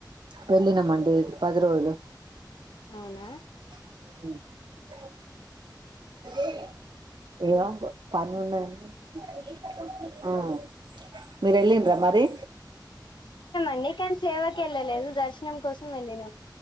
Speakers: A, on the right; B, on the left.
A: వెళ్ళినమండి పది రోజులు
B: అవునా
A: అ <unintelligible> ఆ మీరెలిన్రా మరి
B: అన్ని కని సేవకి వెళ్ళలేదు దర్శనం కోసం వెళ్ళినం